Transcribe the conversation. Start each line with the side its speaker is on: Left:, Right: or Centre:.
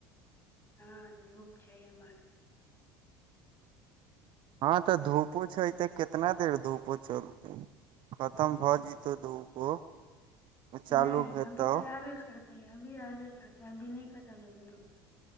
Left: हँ धूप छै एमहर
Right: हँ तऽ धूपो छै ते कितना देर धूपो चलतै खतम भऽ जतौ धूपो चालू
Left: नहि
Right: हेतौ
Left: अभी तऽ आबे करतेै अभी आबे करतेै अभी नहि खत्म हैते धूप